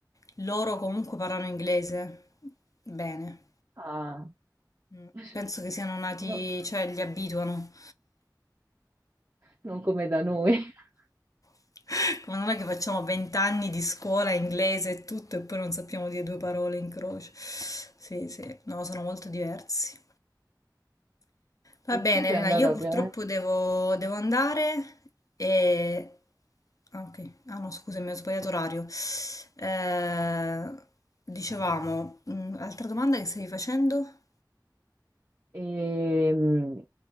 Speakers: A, on the left; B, on the right.
A: loro comunque parlano inglese bene.
B: ah,
A: Mm.
B: <laughs>
A: Penso che siano nati,
B: no,
A: cioè li abituano.
B: non come da noi. <laughs>
A: <laughs> Come non è che facciamo 20 anni di scuola inglese e tutto e poi non sappiamo dire due parole in croce. Sì, sì, no, sono molto diversi. Va
B: E
A: bene,
B: tu sei
A: Elena,
B: andata
A: io purtroppo
B: ovviamente.
A: devo, devo andare e... Ah, ok. Ah, no, scusami, ho sbagliato orario. Eh, dicevamo, mm, altra domanda che stavi facendo?
B: E, mh,